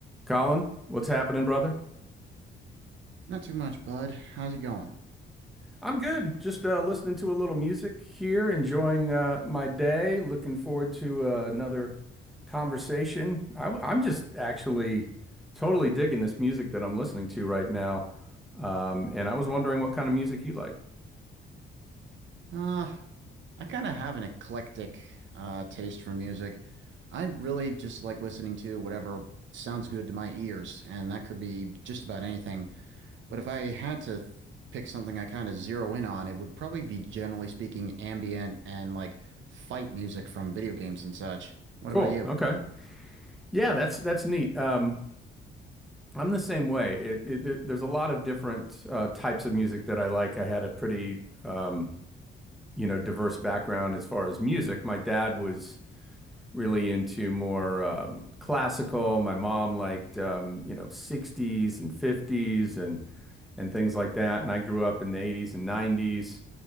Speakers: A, in the centre; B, on the right.
A: Colin, what's happening, brother?
B: Not too much, bud. How's it going?
A: I'm good. Just uh, listening to a little music here, enjoying uh, my day. Looking forward to uh, another conversation. I, am just actually totally digging this music that I'm listening to right now. Um, and I was wondering what kind of music you like.
B: Uh, I kind of have an eclectic uh taste for music. I really just like listening to whatever sounds good to my ears, and that could be just about anything. But if I had to th pick something I kind of zero in on, it would probably be generally speaking ambient and like fight music from video games and such. What
A: Cool.
B: about you?
A: Okay. Yeah, that's that's neat. Um, I'm the same way. It, it, it- there's a lot of different uh, types of music that I like. I had a pretty um, you know diverse background as far as music. My dad was. really into more um, classical. My mom liked um, you know 60s and 50s and and things like that. And I grew up in the 80s and 90s,